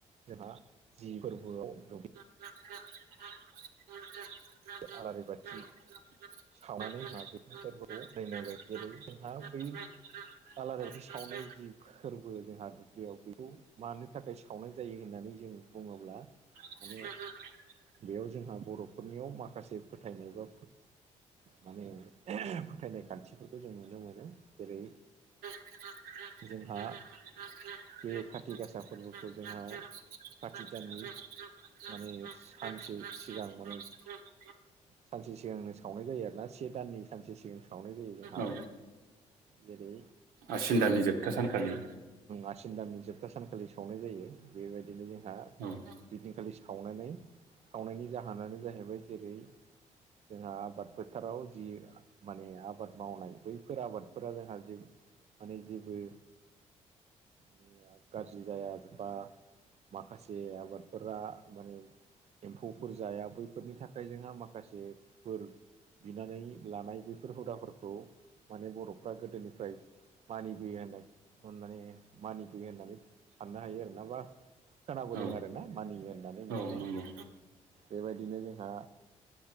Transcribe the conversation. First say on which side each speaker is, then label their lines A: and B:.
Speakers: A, on the right (about 45°); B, on the right (about 80°).
A: जोंहा जि गोरबोआव दु
B: <unintelligible>
A: आलारि बाथि
B: <unintelligible>
A: सावनानै जोंहा बे फोरबोखौ नायनाय
B: <unintelligible>
A: जायो जेरै जोंहा बै आलारि बाथि सावनाय जि फोरबो जोंहा दुब्लियाव बेखौ मानो थाखाय सावनाय जायो? होननानै जों बुङोब्ला
B: <unintelligible>
A: माने बेयाव जोंहा बर'फोरनियाव माखासे फोथायनाय बा माने फोथायनाय खान्थिफोरखौ जों नुनो मोनो। जेरै
B: <unintelligible>
A: जोंहा बे खाथि
B: <unintelligible>
A: गासा फोरबोखौ जोंहा खाथि दाननि
B: <unintelligible>
A: माने सानसे सिगां माने सानसे सिगांनो सावनाय जायो आरोना। से दाननि सानसे सिगां सावनाय जायो जोंहा।
B: औ
A: जेरै
B: आसिन दाननि जोबथा सानखालि
A: आसिन दाननि जोबथा सानखालि सावनाय जायो। बेबायदिनो जोंहा
B: <unintelligible>
A: ऐैदिनखालि सावनानै, सावनायनि जाहोनानो जाहैबाय जेरै जोंहा आबाद फोथाराव जि माने आबाद मावनाय बैफोर आबादफोरा जोंहा माने जेबो माया गाज्रि जाया बा, माखासे आबादफोरा माने एम्फौफोर जाया बैफोरनि थाखाय जोंहा माखासे बोर बिनानै लानाय बैफोर हुदाफोरखौ माने बर'फ्रा गोदोनिफ्राय मानिबोयो होननाय अनानै मानिबोयो होननानै साननो हायो आरो। माबा खोनाबोदों
B: औ
A: आरो ना मानियो होननानै बिदिनो।
B: औ नंगौ
A: बेबायदिनो जोंहा